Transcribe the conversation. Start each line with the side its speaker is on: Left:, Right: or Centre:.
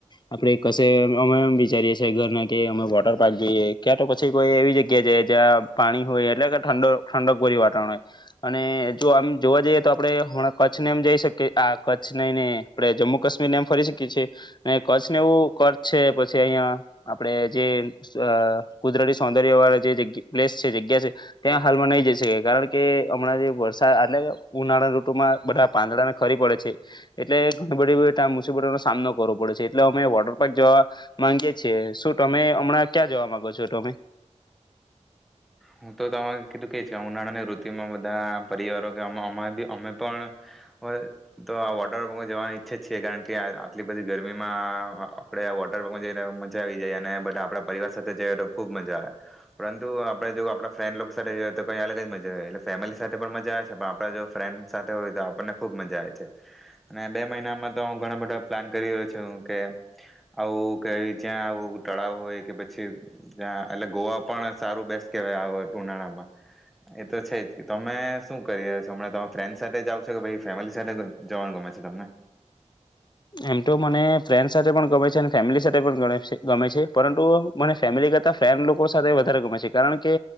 Left: આપણે કશે અમે એમ વિચારીએ છીએ ઘરના કે અમે વોટર પાર્ક જઈએ ક્યાં તો પછી કોઈ એવી જગ્યા જઈએ જ્યાં પાણી હોય એટલે કે ઠંડ ઠંડક ભર્યું વાતાવરણ હોય અને જો આમ જોવા જઈએ તો આપણે હમણાં કચ્છને એમ જઈ શકીએ આ કચ્છ નહી ને આપણે જમ્મુ કાશ્મીરને એમ ફરી શકીએ છીએ અને કચ્છ ને એવું કચ્છ છે પછી અહિયાં આપણે જે અ કુદરતી સૌંદર્યવાળા જે જગ્ પ્લેસ છે જગ્યા છે ત્યાં હાલમાં નહીં જઈ શકી કારણ કે હમણાં જે વરસાદ એટલે કે ઉનાળા ઋતુમાં બધા પાંદડાના ખરી પડે છે એટલે ઘણી બધી ત્યાં મુસીબતોનો સામનો કરવો પડે છે એટલે અમે વોટર પાર્ક જવા માંગીએ છીએ શું તમે હમણાં ક્યાં જવા માંગો છો તમે?
Centre: હું તો તમાર કીધું કે એજ કરવાના ઉનાળાની ઋતુમાં બધા પરિવારો કે અ અમાર અમે પણ અવે તો વોટર પાર્કમાં જવાનું ઈચ્છે છીએ કારણ કે આટલી બધી ગરમીમાં આપણે આ વોટર પાર્કમાં જઈ મજા આવી જાય અને બધા આપણા પરિવાર સાથે જઈએ તો ખુબ મજા આવે પરંતુ આપણે જો આ પણા ફ્રેન્ડ સાથે જો તો કંઈ અલગ જ મજા આવે એટલે ફેમિલી સાથે પણ મજા આવે છે પણ આપણા જો ફ્રેન્ડ સાથે હોય તો આપણને ખુબ મજા આવે છે અને બે મહિનામાં તો હું ઘણા બધા પ્લાન કરી રહ્યો છું કે આવું કે જ્યાં આવું તળાવ હોય કે પછી જ્યાં એટલે ગોવા પણ સારું બેસ કે આ ઉનાળામાં એ તો છે જ તમે શું કરી રહ્યા છો હમણાં તમે ફ્રેન્ડ સાથે જાવ છો કે પછી ફેમિલી સાથે જવાનું ગમે છે તમને?
Left: એમ તો મને ફ્રેન્ડ સાથે પણ ગમે છે અને ફેમિલી સાથે પણ ગણે ગમે છે પરંતુ મને ફેમિલી કરતાં ફ્રેન્ડ લોકો સાથે વધારે ગમે છે કારણ કે